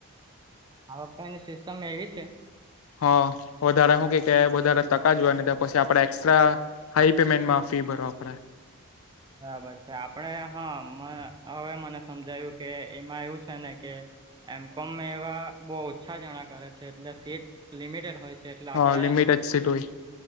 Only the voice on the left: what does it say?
હ વધારે શું કે વધારે ટકા જોયને પછી આપડે એક્સ્ટ્રા હાઈ પેમેન્ટ માં ફી ભરવા પડે.
હા લિમિટ જ સીટ હોય